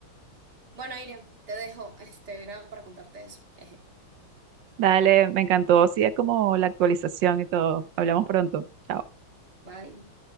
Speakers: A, on the right; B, on the right.
A: Bueno, Irene, te dejo. Este era para contarte eso. <laughs> Jeje.
B: Dale, me encantó, sí, es como la actualización y todo. Hablamos pronto. Chao.
A: Bye.